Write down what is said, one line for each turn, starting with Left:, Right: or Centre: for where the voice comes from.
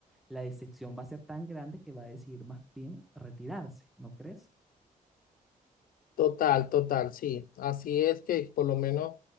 Centre: la decepción va a ser tan grande que va a decidir más bien retirarse, ¿no crees?
Left: Total, total, sí. Así es que por lo menos,